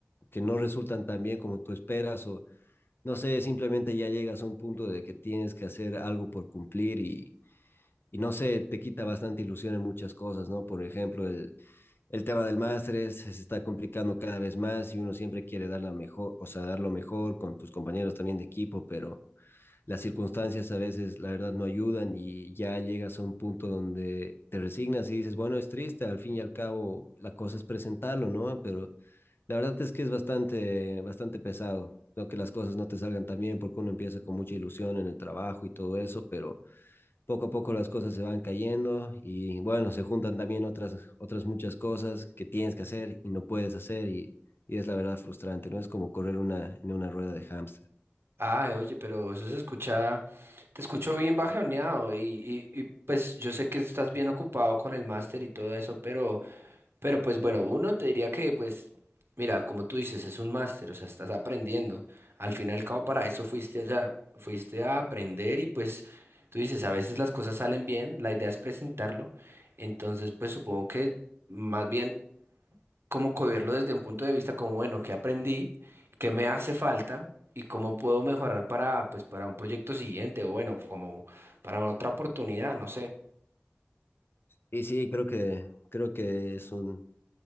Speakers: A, on the left; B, on the right.
A: que no resultan tan bien como tú esperas o no sé, simplemente ya llegas a un punto de que tienes que hacer algo por cumplir y, y no sé, te quita bastante ilusión en muchas cosas, ¿no? Por ejemplo, el, el tema del máster es- se está complicando cada vez más y uno siempre quiere dar la mejor, o sea, dar lo mejor con tus compañeros también de equipo, pero las circunstancias a veces, la verdad, no ayudan y ya llegas a un punto donde te resignas y dices, bueno, es triste, al fin y al cabo la cosa es presentarlo, ¿no? Pero la verdad es que es bastante, bastante pesado. Creo que las cosas no te salgan tan bien porque uno empieza con mucha ilusión en el trabajo y todo eso, pero poco a poco las cosas se van cayendo y bueno, se juntan también otras, otras muchas cosas que tienes que hacer y no puedes hacer y, y es la verdad frustrante, ¿no? Es como correr una, en una rueda de hámster.
B: Ah, oye, pero eso se escucha, te escucho bien bajoneado y, y, y pues yo sé que estás bien ocupado con el máster y todo eso, pero, pero pues bueno, uno te diría que pues, mira, como tú dices, es un máster, o sea, estás aprendiendo. Al fin y al cabo, para eso fuiste allá, fuiste a aprender y pues tú dices, a veces las cosas salen bien, la idea es presentarlo, entonces pues supongo que más bien cómo cogerlo desde un punto de vista como, bueno, qué aprendí, qué me hace falta y cómo puedo mejorar para, pues, para un proyecto siguiente o bueno, como para otra oportunidad, no sé.
A: Y sí, creo que, creo que es un,